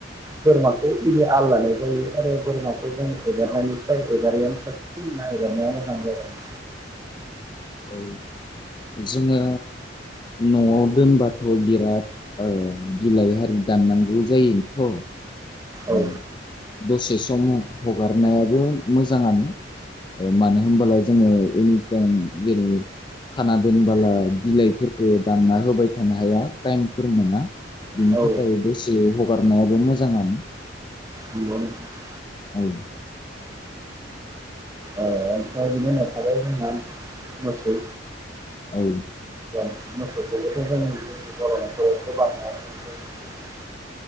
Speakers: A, on the right; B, on the left.
A: बोरमाखौ बिदि आल लानाय जायो आरो बोरमाखौ जों एगारनायनिफ्राय एगारैआानो साबसिन ना एगारनाया मोजां जागोन।
B: औ जोंङो न'आव दोनबाथ बिराद ओ बिलाइ हारि दाननांगौ जायो थ उम
A: औ
B: दसे सम ह हगारनायाबो मोजांङानो ओ मानो होनबाल जोंङो एनिटाइम जेरै खाना दोनबोला बिलाइफोरफोरखौ दानना होबाय थानो हाया टाइमफोर मोना बिनि
A: औ
B: थाखाय दसे हगारनायाबो मोजांङानो।
A: नंगौ नोंथां
B: औ
A: ओ ओमफ्राय बिदिनो उनाव थाबाय जोंहा मोसौ
B: औ
A: <unintelligible> मोसौखौबोथ जों जोंनि बर' नखर गोबाङानो जों नुनो मोनो।